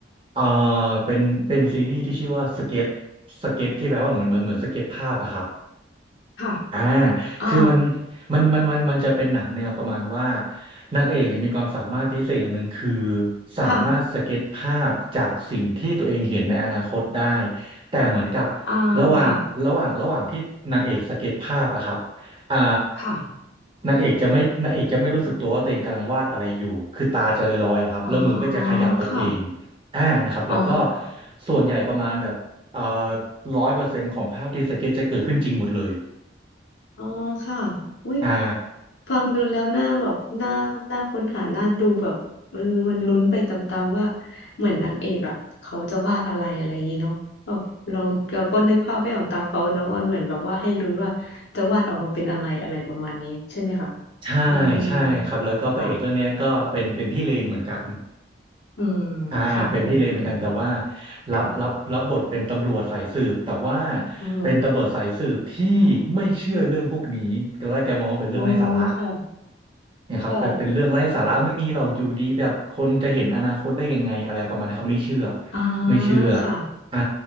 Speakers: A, on the right; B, on the left.
A: เอ่อเป็นเป็นซีรีส์ที่ชื่อว่าสเก็ตสเก็ตที่แปลว่าเหมือนเหมือนเหมือนสเก็ตภาพอะครับ
B: ค่ะ
A: อ่า
B: อ่า
A: คือมันมันมันมันมันจะเป็นหนังแนวประมาณว่านางเอกเนี่ยมีความสามารถพิเศษอย่างหนึ่งคือสามารถสเก็ตภาพจากสิ่งที่ตัวเองเห็นในอนาคตได้
B: ค่ะ
A: แต่เหมือนกับ
B: อ่าค่ะ
A: ระหว่างระหว่างระหว่างที่นางเอกสเก็ตภาพอะครับอ่า
B: ค่ะ
A: นางเอกจะไม่นางเอกจะไม่รู้สึกตัวว่าตัวเองกำลังวาดอะไรอยู่คือตาจะลอยๆครับแล้วมือก็จะขยับไปเอง
B: อ๋อค่ะ
A: อ่านะครับแล้วก็
B: อ๋อ
A: ส่วนใหญ่ประมาณแบบเอ่อร้อยเปอร์เซ็นต์ของภาพที่สเก็ตจะเกิดขึ้นจริงหมดเลย
B: อ๋อค่ะอุ้ย
A: อ่า
B: ฟังดูแล้วน่าแบบน่าน่าค้นหาน่าดูแบบเออมันลุ้นไปตามๆว่าเหมือนนางเอกอ่ะเขาจะวาดอะไรอะไรอย่างงี้เนาะแบบเราเราก็นึกภาพไม่ออกตามเขาเนาะมันเหมือนแบบว่าให้ลุ้นว่าจะวาดออกมาเป็นอะไรอะไรประมาณนี้ใช่ไหมคะ
A: ใช่ใช่ครับแล้วก็พระเอกเรื่องเนี้ยก็เป็นเป็นพี่เลนเหมือนกัน
B: อืมค่ะอืม
A: อ่าเป็นพี่เลนเหมือนกันแต่ว่า
B: ค่ะโอ้เดี๋ยวนี้
A: รับรับรับบทเป็นตำรวจสายสืบแต่ว่า
B: ค่ะโอ้
A: เป็นตำรวจสายสืบที่ไม่เชื่อเรื่องพวกนี้ตอนแรกแกมองว่าเป็นเรื่องไร้สาระ
B: โอ้ค่ะ
A: เนี่ยครับแบบเป็นเรื่องไร้สาระไม่มีหรอกอยู่ดีแบบคนจะเห็นอนาคตได้ยังไงอะไรประมาณนี้ครับไม่เชื่อ
B: ค่ะอ่า
A: ไม่เชื่อ
B: ค่ะ
A: อ่า